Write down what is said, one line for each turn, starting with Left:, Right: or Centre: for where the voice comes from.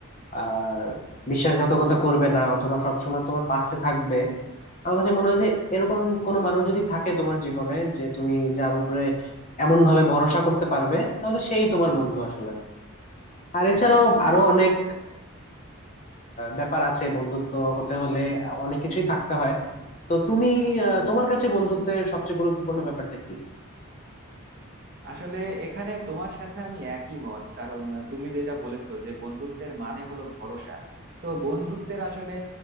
Left: আহ বিশ্বাসঘাতকতা করবে না অথবা সবসময় তোমার পাশে থাকবে আমার কাছে মনে হয় যে এরকম কোনো মানুষ যদি থাকে তোমার জীবনে যে তুমি যার উপরে এমন ভাবে ভরসা করতে পারবে তাহলে সেই তোমার বন্ধু আসলে আর এছাড়াও আরো অনেক ব্যাপার আছে বন্ধুত্ব হতে হলে অনেক কিছুই থাকতে হয় তো তুমি আহ, তোমার কাছে বন্ধুত্বের সবচেয়ে গুরুত্বপূর্ণ ব্যাপারটা কি
Right: আসলে এখানে তোমার সাথে আমি একই মত কারণ তুমি যেটা বলেছো যে বন্ধুত্বের মানে হলো ভরসা তো বন্ধুত্বের আসলে